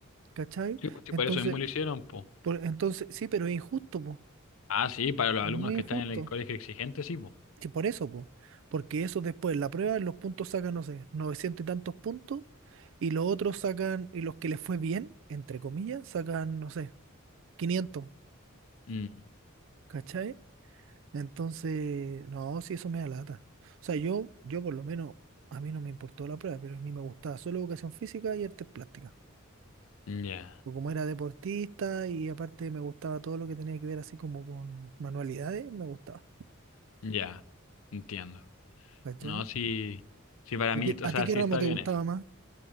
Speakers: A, on the right (about 65°); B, on the left (about 70°).
A: ¿cachai?
B: Sí, pues, sí,
A: Entonces,
B: por eso mismo lo hicieron, po.
A: por- entonces sí, pero es injusto, po,
B: Ah, sí, para los alumnos
A: Es muy
B: que
A: injusto.
B: están en el colegio exigente, sí, po.
A: Sí, por eso, po. Porque eso después, la prueba, los puntos sacan, no sé, 900 y tantos puntos, y los otros sacan, y los que les fue bien, entre comillas, sacan, no sé, quinientos
B: Mm,
A: ¿cachai? Entonces, no, sí, eso me da lata. O sea, yo, yo por lo menos, a mí no me importó la prueba, pero a mí me gustaba solo educación física y artes plásticas.
B: ya,
A: Porque como era deportista y aparte me gustaba todo lo que tenía que ver así como con manualidades, me gustaba,
B: ya, entiendo.
A: ¿cachai?
B: No, sí, sí, para
A: ¿Y
B: mí,
A: ¿A ti,
B: o
A: a
B: sea,
A: ti qué
B: sí
A: ramo
B: está
A: te
B: bien
A: gustaba
B: eso.
A: más?